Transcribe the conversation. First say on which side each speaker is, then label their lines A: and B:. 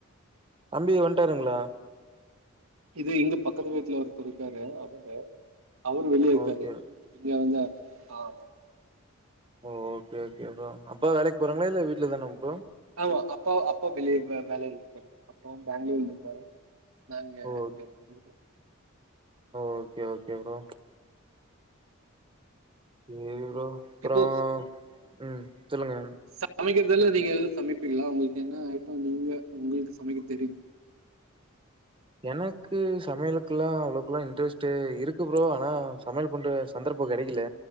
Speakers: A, on the right (about 25°); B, on the right (about 80°).
A: தம்பி வன்ட்டாருங்களா
B: இது இங்க பக்கத்து வீட்டுல ஒருத்தர் இருக்காரு அவுங்க அவரு வெளியே இருக்காரு
A: ஓகே
B: இங்க வந்து ஆ
A: ஓ ஓக்கே ஓக்கே அப்புறோ அப்பா வேலக்கி போறங்களா இல்ல வீட்டுல தானா ப்ரோ
B: ஆமா அப்பா அப்பா வெளியே வெளிலேல இருக்காரு அப்பாவு பெங்களூர்ல இருந்தாக நாங்க
A: ஓ
B: இங்க புதூருல
A: ஓக்கே ஓக்கே ப்ரோ செரி ப்ரோ அப்புறோ
B: இப்போ
A: ம் சொல்லுங்க
B: சமைக்றதெல்ல நீங்க எதுவு சமைப்பீங்ளா உங்களுக்கு என்ன ஐட்டம் நீங்க உங்களுக்கு சமைக்க தெரியு
A: எனக்கு சமையலுக்குல்லா அவ்ளோக்ல்லா இன்ட்ரெஸ்ட்டு இருக்கு ப்ரோ ஆனா சமையல் பண்ற சந்தர்ப்போ கேடைக்ல